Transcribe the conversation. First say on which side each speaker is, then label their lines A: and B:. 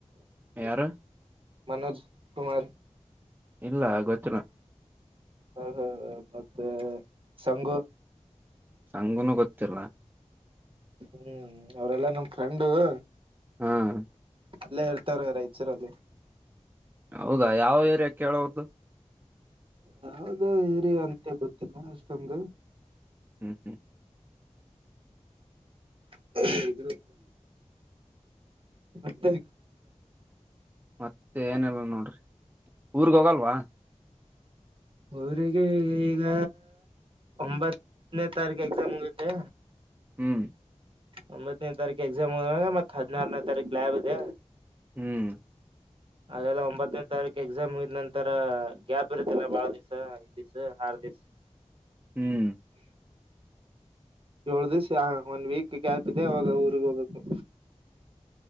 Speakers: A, on the right (about 45°); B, on the right (about 15°).
A: <inaudible>
B: ಯಾರು
A: ಮನೋಜು, ಕುಮಾರ್. <inaudible>
B: ಇಲ್ಲ, ಗೊತ್ತಿಲ್ಲ? <inaudible>
A: ಹೂ, ಹೂ, ಮತ್ತೆ ಸಂಗು? <inaudible>
B: ಸಂಗುನು, ಗೊತ್ತಿಲ್ಲ? <inaudible>
A: ಹ್ಮ್, ಹ್ಮ್ಮ್, ಅವರೆಲ್ಲ, ನಮ ಫ್ರೆಂಡು. <inaudible>
B: ಹಾ. <inaudible>
A: ಅಲ್ಲೇ ಇರುತ್ತಾರೆ, ರೈಚೂರಲ್ಲಿ. <inaudible>
B: ಹೌದಾ, ಯಾವ ಏರಿಯಾ, ಕೇಳು ಅವರದು. <inaudible>
A: ಯಾವ್ದ ಹೀರಿ ಅಂತ ಗೊತ್ತಿಲ್ಲ ಅಷ್ಟೊಂದು
B: ಹ್ಮ್ ಹ್ಮ್
A: ಇ <unintelligible> ಮತ್ತೆ
B: ಮತ್ತೆ ಏನಲ್ ನೋಡ್ರಿ ಊರ್ಗ್ ಹೋಗಲ್ವಾ
A: ಅವರಿಗೆ ಈಗ ಒಂಬತ್ತನೇ ತಾರೀಕು ಎಕ್ಸಾಮ್ ಮುಗಿಯುತ್ತೆ
B: ಹ್ಮ್
A: ಒಂಬತ್ತನೇ ತಾರೀಕು ಎಕ್ಸಾಮ್ ಹಾಗ ಮತ್ತತ್ ಹದಿನಾರನ ತಾರೀಕ ಲ್ಾಬ್ ಇದೆ
B: ಹ್ಮ್
A: ಹಾಗೆಲ್ಲ ಒಂಬತ್ತನೇದು ತಾರೀಕು ಎಕ್ಸಾಮ್ ಇದಿದ ನಂತರ ಗ್ಯಾಪ್ ಇರುತ್ತಲ್ಲ ಬಾಳ ದಿವ್ಸ ಐದ್ ದಿವ್ ಆರ್ ದಿಸ
B: ಹ್ಮ್
A: ಏಳು ದಿವಸ ಯ ಒಂದ್ ವೀಕ್ ಗ್ಯಾಪ್ ಇದೆ ಅವಾಗ ಊರ್ಗ್ ಹೋಗ್ಬೇಕು